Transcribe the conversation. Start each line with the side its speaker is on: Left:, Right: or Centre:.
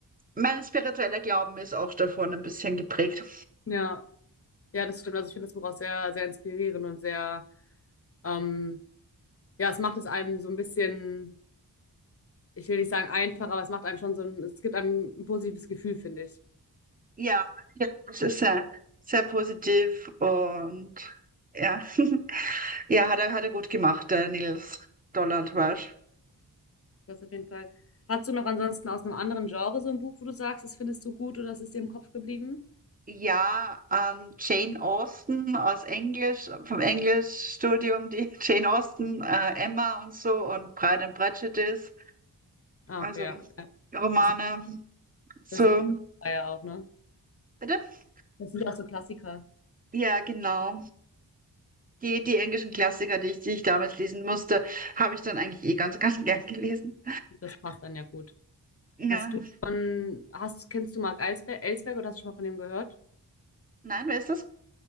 Right: mein spiritueller Glauben ist auch davon ein bisschen geprägt.
Left: ja, ja, das stimmt. Also ich finde das Buch auch sehr, sehr inspirierend und sehr, ähm, ja, es macht es einem so ein bisschen. ich will nicht sagen einfach, aber es macht einem schon so ein, es gibt einem ein positives Gefühl, finde ich.
Right: Ja, ja, es ist sehr, sehr positiv und ja, <laughs> ja, hat er, hat er gut gemacht, der Nils Donald Walsh.
Left: Das auf jeden Fall. Hast du noch ansonsten aus einem anderen Genre so ein Buch, wo du sagst, das findest du gut oder das ist dir im Kopf geblieben?
Right: Ja, ähm, Jane Austen aus Englisch, vom Englischstudium, die <laughs> Jane Austen, äh, Emma und so und Pride and Prejudice.
Left: Ah,
Right: Also.
Left: okay, ja. Ja,
Right: Romane.
Left: Das sind,
Right: So,
Left: das sind so Klassiker ja auch, ne?
Right: bitte?
Left: Das sind auch so Klassiker.
Right: Ja, genau. Die, die englischen Klassiker, die ich, die ich damals lesen musste, habe ich dann eigentlich eh ganz, <laughs> ganz gern gelesen.
Left: Das passt dann ja gut.
Right: Ja,
Left: Hast du von, hast, kennst du Mark Elsberg, Elsberg oder hast du schon mal von dem gehört?
Right: nein, wer ist das?